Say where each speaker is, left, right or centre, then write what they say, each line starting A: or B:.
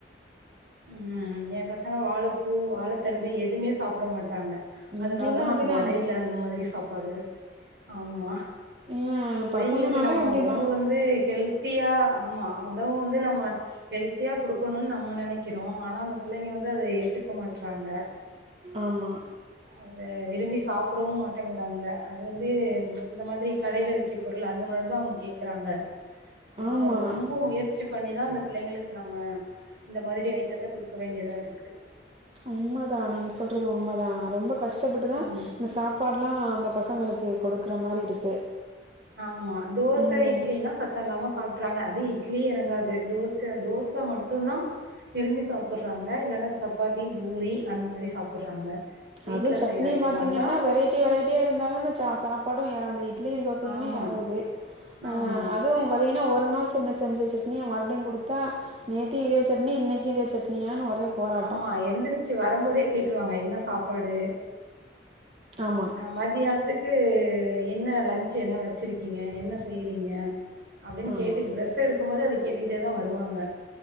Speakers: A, on the right (about 60°); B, on the right (about 30°).
A: ம் எ பசங்க வாழைப்பூ வாழைத்தண்டு எதுமே சாப்ட மாட்டாங்க அதனாலதா
B: இங்கேயுமே
A: நா
B: அப்டிதான்.
A: அந்த வடைல அந்த மாரி சாப்பாடு ஆமா
B: ஏன்
A: பிள்ளைங்களுக்கு
B: பசங்கனாலே
A: நம்ம
B: அப்டிதான்.
A: உணவு வந் து ஹெல்த்தியா ஆமா உணவு வந்து நம்ம ஹெல்த்தியா குடுக்கணுனு நம்ம நினைக் கிறோ ஆனா அந்த பிள்ளைங்க வந்து அத ஏத்துக்க மாட்றாங்க
B: ஆமா
A: அத விரும்பி சாப்டவு மாட்டேங்குறாங்க அது வந்து இந்த மாதிரி கடையில விக் ற பொருள் அந்த மாரிதா அவுங்க கேக்குறாங்க நம்ம
B: ஆமா.
A: ரொம்ப முயற் ச்சி பண்ணிதா இந்த பிள்ளைங்களுக்கு நம்ம இந்த மாதிரி ஐட்டத்த குடுக்க வேண்டியதா இருக்கு
B: உண்மதா நீங்க சொல்றது உண்மதா ரொம்ப கஷ்டப்பட்டுதா
A: ம்
B: இந்த சாப்பாட்லா அந்த பசங்களுக்கு கொடுக்ற மாரி இருக்கு
A: ஆமா தோச
B: ம்.
A: இட்லினா சத்தோ இல்லாம சாப்ட்றாங்க அது இட்லி எறங்காது தோச தோச மட்டு ந்தா விரும்பி சாப்புட்றாங்க இல்லன்னா சப்பாத்தி பூரி அந்த மாரி சாப்புட்றாங்க வீட்ல
B: அதுவு சட்னி
A: செய்ற ஐட்டமா
B: பாத்திங்கன்னா
A: இருந்தா
B: வெரைட் டி வெரைட்டியா இருந்தா தாங்க ச சாப்பாடு எறங்குது இட்லியு தோசையுமே
A: ஆமா
B: எறங்குது ஆ
A: ஆமா
B: அதுவு பாத்திங்ன்னா ஒரு நாள் சின்ன செஞ்ச சட்னி மறுப்டியு குடுத்தா நேத்தி இதே சட்னி இன்னைக்கு இதே சட்னியானு ஒரே போராட்டம்.
A: ஆமா எந்ரிச்சு வரும்போதே கேட்டுருவாங்க என்ன சாப்பாடு
B: ஆமா
A: மத்யானத்துக்கு என்ன லன்ச் என்ன வச்சிருக்கீங்க என்ன செய்றீங்க அப்டின்னு கேட்டுட்டு
B: ஆமா,
A: ப்ர்ஸ் எடுக்கும்போதே அத கேட்டுகிட்டே தா வருவாங்க